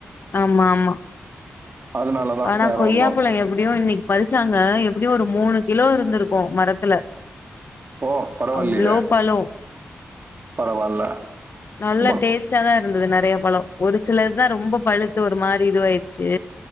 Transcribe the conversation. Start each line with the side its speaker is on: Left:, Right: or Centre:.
Left: ஆமா ஆமா
Right: அதனாலதான்
Left: ஆனா
Right: வேற
Left: கொய்யா
Right: ஒன்றும்
Left: பழம் எப்டியும் இன்னைக் பறிச்சாங்க எப்டியு ஒரு மூணு கிலோ இருந்திருக்கு மரத்துல
Right: ஓ பரவாயில்லையே
Left: அவ்ளோ பழோ
Right: பரவாயில்ல
Left: நல்ல
Right: ஆமா
Left: டேஸ்ட் ஃப்ரஷாதா இருந்தது நெறைய பழ ஒரு சிலதா ரொம்ப பழுத்து ஒரு மாரி இதுவாயிருச்சு